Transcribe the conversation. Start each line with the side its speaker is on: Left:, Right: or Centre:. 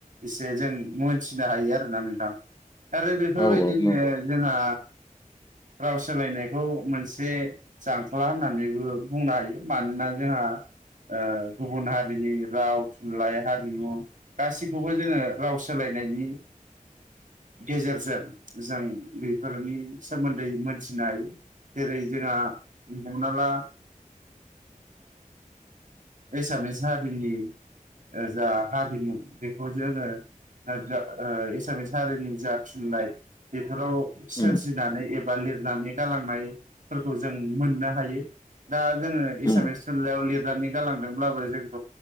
Right: एसे जों मोनथिनो हायो आरोोना नोंथां आरो बेफोरबायदिनो
Left: औ औ नंगौ
Right: जोंहा राव सोलायनायखौ मोनसे जांख्ला होननानैबो बुंनो हायो मानोना जोंहा ओ गुबुन हारिनि राव थुनलाइ हारिमु गासैखौबो जोंङो राव सोलायनायनि गेजेरजों जों बेफोरनि सोमोन्दै मोनथिनो हायो। जेरै जोंहा हमना ला एसामिस हारिनि जा हारिमु बेखौ जोंङो एसामिस हारिनि जा थुनलाइ बेफोराव सोरजिनानै
Left: उम
Right: एबा लिरनानै गालांनायफोरखौ जों मोननो हायो दा जोंङो एसामिस
Left: उम
Right: थुनलाइयाव लिरनानै जालांदोंब्लाबो जोंथ'